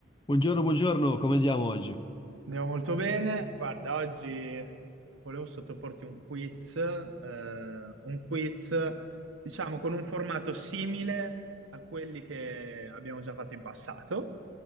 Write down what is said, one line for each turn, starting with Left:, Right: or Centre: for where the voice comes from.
Left: Buongiorno, buongiorno, come andiamo oggi?
Right: Andiamo molto bene. Guarda, oggi volevo sottoporti un quiz, eh, un quiz, diciamo, con un formato simile a quelli che abbiamo già fatto in passato,